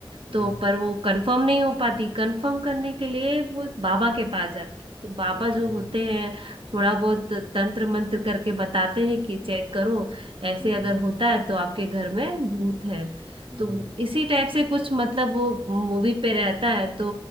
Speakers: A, on the right; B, on the right.
A: हम्म,
B: तो पर वो कंफर्म नहीं हो पाती कंफर्म करने के लिए वो बाबा के पास जाती तो बाबा
A: अच्छा
B: जो होते हैं थोड़ा बहुत तंत्र मंत्र करके बताते हैं कि चेक करो ऐसे
A: हम्म
B: अगर
A: हम्म
B: होता है तो आपके घर में भूत है
A: हम्म
B: तो इसी टाइप से कुछ मतलब वो मूवी पे रहता है तो